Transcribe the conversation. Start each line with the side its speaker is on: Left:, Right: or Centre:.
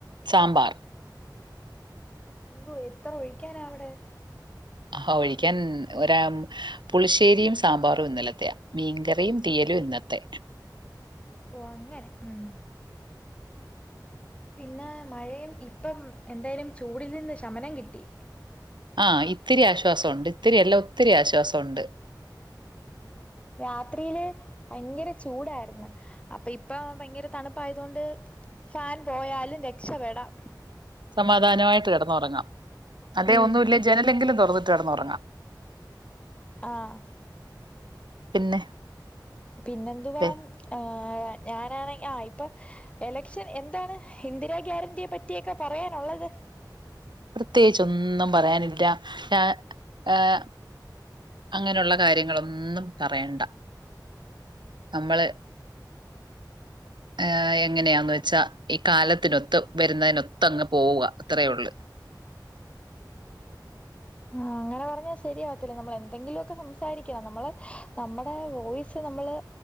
Right: സാമ്പാർ
Left: എന്തോ ഇത്ര ഒഴിക്കാനാ അവിടെ
Right: ആഹോ ഒഴിക്കാൻ ഒരാ പുളിശ്ശേരിയും, സാമ്പാറും ഇന്നലത്തെയാ മീൻകറിയും തീയലും ഇന്നത്തെ
Left: ഓ അങ്ങനെ ഉം പിന്നെ മഴയും ഇപ്പം എന്തായാലും ചൂടിൽ നിന്ന് ശമനം കിട്ടി.
Right: ആഹ് ഇത്തിരി ആശ്വാസൊണ്ട് ഇത്തിരിയല്ല ഒത്തിരി ആശ്വാസൊണ്ട്.
Left: രാത്രിയില് ഭയങ്കര ചൂടായിരുന്ന് അപ്പൊ ഇപ്പ ഭയങ്കര തണുപ്പായത് കൊണ്ട് ഫാൻ പോയാലും രക്ഷപെടാം
Right: സമാധാനമായിട്ട് കെടന്നൊറങ്ങാം അതെ
Left: ഉം
Right: ഒന്നുല്ലേ ജനലെങ്കിലും തൊറ തൊറന്നിട്ട് കെടന്ന് ഒറങ്ങാം
Left: ആഹ്
Right: പിന്നെ
Left: പിന്നെന്തുവാ
Right: വേ
Left: ആഹ് ഞാനാണെങ്ക് ആ ഇപ്പൊ എലക്ഷൻ എന്താണ് ഇന്ദിരാ ഗ്യാരന്റിയെ പറ്റിയൊക്കെ പറയാനൊള്ളത്
Right: പ്രത്യേകിച്ച് ഒന്നും പറയാനില്ല ഞാൻ ഏഹ് അങ്ങനെയുള്ള കാര്യങ്ങളൊന്നും പറയണ്ട നമ്മള് ഏഹ് എങ്ങനെയാന്ന് വെച്ചാ ഈ കാലത്തിനൊത്ത് വരുന്നതിനൊത്ത് അങ്ങ് പോവുക അത്രയേ ഒള്ള്.
Left: ആഹ് അങ്ങനെ പറഞ്ഞാ ശരിയാവത്തില്ല, നമ്മൾ എന്തെങ്കിലു ഒക്കെ സംസാരിക്കണം, നമ്മള് നമ്മടെ വോയിസ് നമ്മള്